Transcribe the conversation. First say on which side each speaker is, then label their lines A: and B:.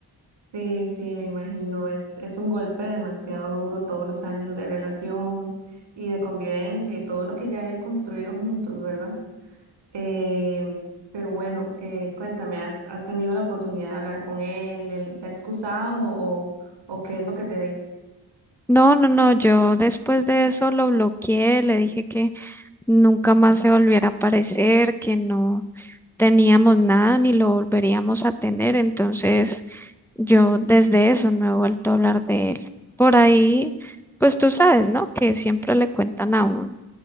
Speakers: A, on the right; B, in the centre.
A: sí, sí, me imagino. Es, es un golpe demasiado duro todos los años de relación y de convivencia y todo lo que ya habían construido juntos, ¿verdad? Eh, pero bueno, eh, cuéntame, ¿has, has tenido la oportunidad de hablar con él? ¿Él se ha excusado o, o qué es lo que te dice?
B: No, no, no, yo después de eso lo bloqueé, le dije que nunca más se volviera a aparecer, que no teníamos nada ni lo volveríamos a tener. Entonces, yo desde eso no he vuelto a hablar de él. Por ahí, pues tú sabes, ¿no? Que siempre le cuentan a uno.